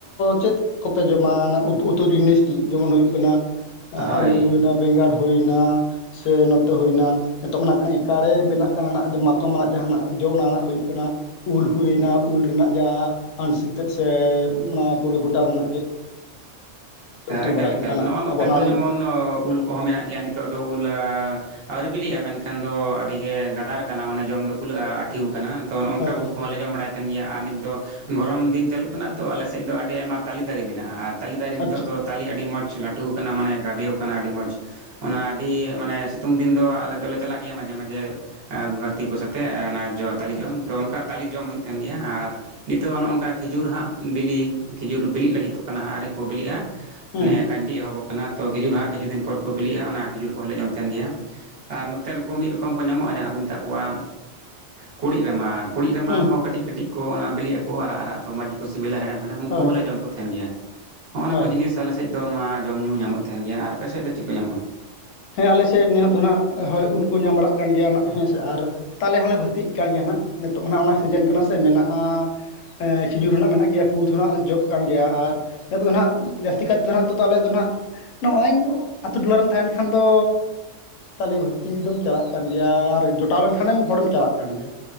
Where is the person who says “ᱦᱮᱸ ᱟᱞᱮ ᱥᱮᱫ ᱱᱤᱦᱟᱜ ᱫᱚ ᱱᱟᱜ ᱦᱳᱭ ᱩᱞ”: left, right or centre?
Left